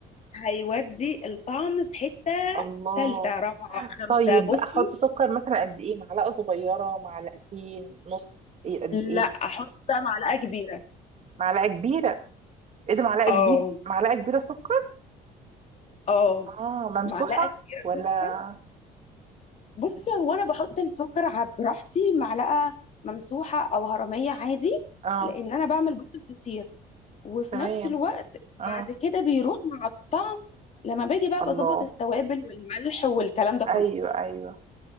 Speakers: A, on the left; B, on the right.
A: هيودي الطعم في حته
B: الله
A: ثالثه رابعه خمسه
B: طيب
A: بصي
B: أحط سكر مثلا قد إيه معلقة صغيرة معلقتين نص إيه قد إيه
A: لا احط بقى معلقه كبيره
B: معلقة كبيرة إيه ده معلقة
A: اه
B: كبير معلقة كبيرة سكر
A: اه
B: آه ممسوحة
A: معلقه كبيره
B: ولا
A: كده. بصي هو انا بحط السكر ع- براحتي معلقه ممسوحه او هرميه عادي
B: آه
A: لان انا بعمل بيض كتير وفي
B: تمام
A: نفس الوقت
B: آه
A: بعد كده بيروح مع الطعم لما باجي بقى
B: الله
A: بظبط التوابل والملح والكلام ده كله
B: أيوه أيوه